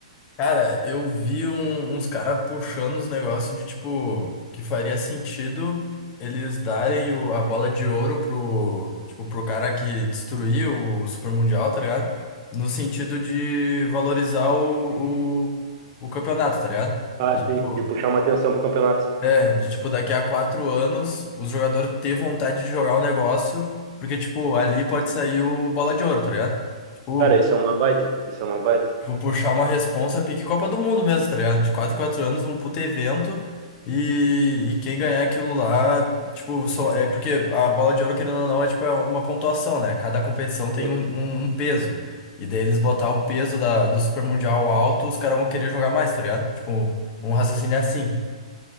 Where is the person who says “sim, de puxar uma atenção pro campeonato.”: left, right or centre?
Right